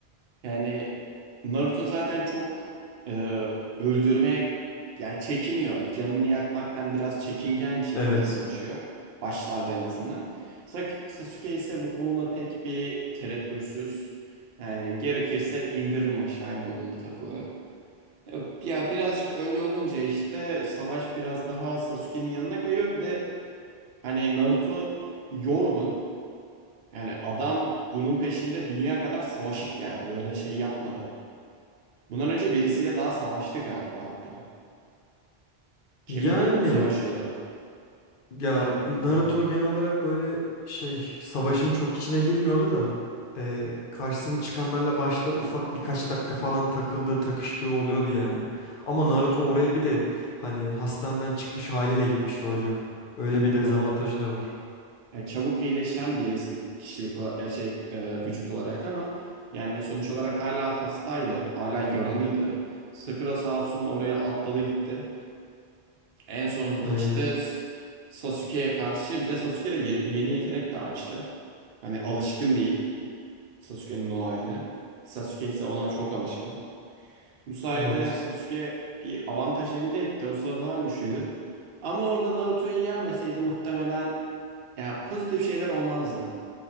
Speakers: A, on the right; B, on the left.
A: Yani Naruto zaten çok e, öldürmeye yani çekiniyor. Canını yakmaktan biraz çekingen bir şekilde
B: Evet.
A: savaşıyor. Başlarda en azından. Sak- Sasuke ise bu konuda pek bir tereddütsüz. Yani gerekirse indiririm aşağıya modunda takılıyor. E, Ya birazcık öyle olunca işte savaş biraz daha Sasuke'nin yanına kayıyor. Bir de hani Naruto yorgun. Yani adam bunun peşinde dünya kadar savaşıp geldi. Öyle şey yapmadı. Bundan önce birisiyle daha savaştı galiba hatta. Kemikle
B: Yani
A: bu mu savaşıyordu?
B: Ya
A: Kemikli
B: Naruto
A: elemanla.
B: genel olarak böyle şey savaşın çok içine girmiyordu da e, karşısına çıkanlarla başta ufak birkaç dakika falan takıldığı takıştığı oluyordu yani. Ama Naruto oraya bir de hani hastaneden çıkmış haliyle gitmişti hocam. Öyle bir dezavantajı
A: Doğru.
B: da var.
A: Yani çabuk iyileşen birisi kişilik olarak, ya şey e, vücut olarak ama yani sonuç olarak hala hastaydı. Hala yaralıydı. Sakura sağ olsun oraya atladı gitti. En sonunda
B: Aynen.
A: da işte S- Sasuke'ye karşı bir de Sasuke de ye- yeni yetenek de açtı. Hani alışkın değil Sasuke'nin o haline. Sasuke ise ona çok alışkın. Bu sayede
B: Evet.
A: Sasuke bir avantaj elde etti. O sırada daha güçlüydü. Ama orada Naruto'yu yenmeseydi muhtemelen yani pozitif şeyler olmazdı.